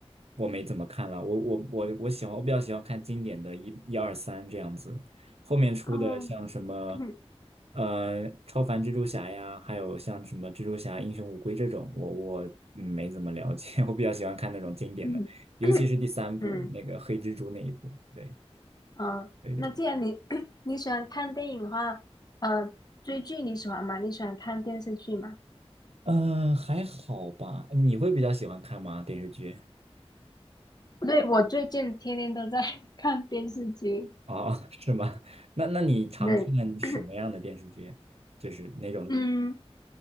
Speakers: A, on the right (about 70°); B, on the left (about 40°).
A: 我没怎么看了，我我我我喜欢，我比较喜欢看经典的一一二三这样子，后面出的像什么，
B: 嗯嗯
A: 呃，超凡蜘蛛侠呀，还有像什么蜘蛛侠英雄无归这种，我我没怎么了解，<laughs> 我比较喜欢看那种经典的，
B: 嗯，<clears throat>
A: 尤其是第三部那个黑蜘蛛那一部，
B: 嗯嗯
A: 对。对
B: 嗯，
A: 对
B: 那既然你 <coughs> <clears throat> 你喜欢看电影的话，呃，追剧你喜欢吗？你喜欢看电视剧吗？
A: 嗯，还好吧？你会比较喜欢看吗？电视剧？
B: <clears throat> 对，我最近天天都在 <laughs> 看电视剧，
A: 哦，<laughs> 是吗？那那你常看什么样的电视剧？
B: <clears throat> 对，<clears throat>
A: 就是那
B: 嗯，